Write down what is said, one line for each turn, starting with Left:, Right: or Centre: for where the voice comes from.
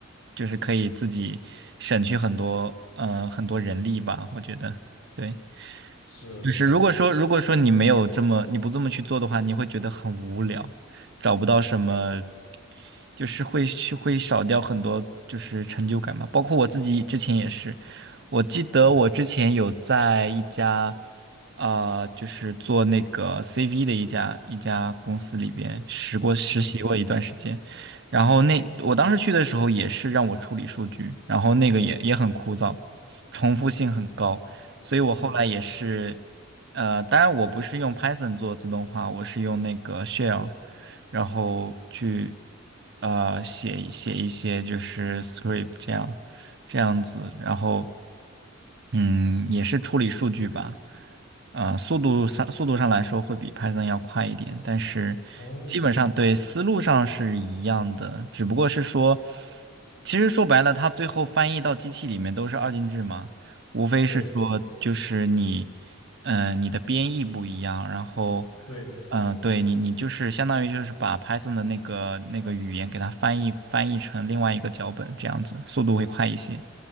Right: 就是可以自己省去很多，呃，很多人力吧，我觉得，对，
Left: 是没错。
Right: 就是如果说如果说你没有这么你不这么去做的话，你会觉得很无聊，找不到什么，就是会去会少掉很多就是成就感嘛。包括我自己之前也是，我记得我之前有在一家，呃，就是做那个 CV 的一家一家公司里边实过实习过一段时间，
Left: 嗯。
Right: 然后那我当时去的时候也是让我处理数据，然后那个也也很枯燥，重复性很高，所以我后来也是，
Left: 嗯，
Right: 呃，当然我不是用 Python 做自动化，我是用那个 Shell，然后去呃写写一些就是 script 这样。这样子，然后嗯，也是处理数据吧。呃，速度上速度上来说会比 Python 要快一点，但是基本上对思路上是一样的，
Left: 哦，
Right: 只不过是说，其实说白了，它最后翻译到机器里面都是二进制嘛，无非是说就是你，
Left: 对
Right: 嗯、你的编译不一样，然后，
Left: 对，
Right: 嗯、对你你就是相当于就是把 Python 的那个那个语言给它翻译翻译成另外一个脚本这样子，速度会快一些，